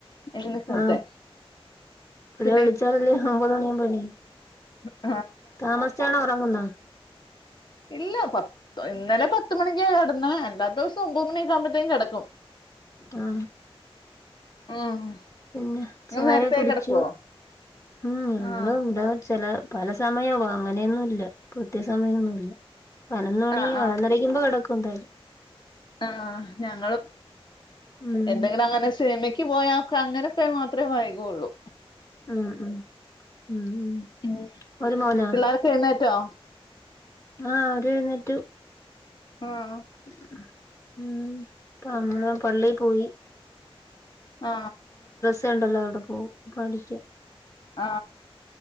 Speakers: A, on the left (about 50°); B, on the left (about 30°).
A: എഴുന്നേക്ക് മുത്തേ
B: ആ <unintelligible>
A: പിന്നെ
B: വിളിച്ചാലല്ലേ ഒമ്പത്ണി മണി ആവുമ്പോ ഏണി
A: ഉ
B: തമസിച്ചാണോ ഉറങ്ങുന്നെ
A: ഇല്ല പത്ത് ഇന്നലെ പത്തുമണിക്ക കടന്ന അല്ലാത്ത സഭൂ മണിക്കാുമ്പോഴത്തേും കിടക്കും
B: ആ
A: ഉം
B: പിന്നെ
A: നിങ്ങൾ
B: ചായ
A: നേരത്തെ
B: കുടിച്ചു
A: കിടക്കുവോ
B: ഉം ഞങ്ങ
A: ആഹ്
B: ഇവിടെ ചെല പല സമയവും അങ്ങനെയൊന്നും ഇല്ല കൃത്യസമയമൊന്നുമല്ല പതിനൊന്നുമണി
A: ആഹ്
B: പതിനൊന്നരക്ക് മുൻപ് കിടക്കും കുന്തൽ
A: ആ ഞങ്ങളും
B: ഉം
A: എന്തെങ്കിലും അങ്ങനെ സിനിമയ് പോയാ അങ്ങനെയൊക്കെ മാത്രമേ വൈകയുള്ളൂ
B: ഉം ഉം ഉം ഉം
A: <unintelligible>
B: ഒരു മോനാ
A: പിള്ളാരൊക്കെ എഴുന്നേറ്റോ
B: ആ അവര് എഴുന്നേറ്റു
A: ആഹ്
B: ഉം <unintelligible> മ്മള് പള്ളി പോയി
A: ആ
B: ണ്ടല്ലോ അവിടെ പോവും പഠിക്കാൻ
A: ആ